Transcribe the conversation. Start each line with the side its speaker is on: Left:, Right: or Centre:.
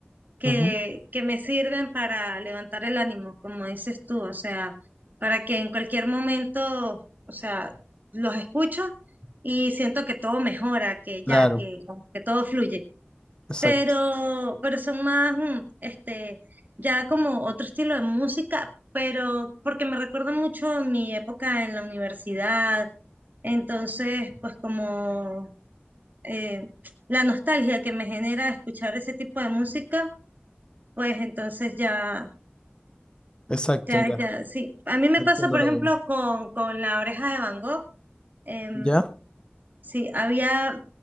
Right: que,
Left: Ujú.
Right: que me sirven para levantar el ánimo, como dices tú, o sea, para que en cualquier momento, o sea, los escucho y siento que todo mejora, que ya,
Left: Claro,
Right: que, que todo fluye.
Left: exacto.
Right: Pero, pero son más, mm, este, ya como otro estilo de música, pero porque me recuerda mucho mi época en la universidad, entonces, pues como eh, la nostalgia que me genera escuchar ese tipo de música pues entonces ya,
Left: Exacto,
Right: ya,
Left: ya.
Right: ya, sí. A mí me
Left: Entiendo
Right: pasa, por
Left: lo
Right: ejemplo,
Left: que...
Right: con, con La Oreja de Van Gogh. em,
Left: ¿Ya?
Right: sí, había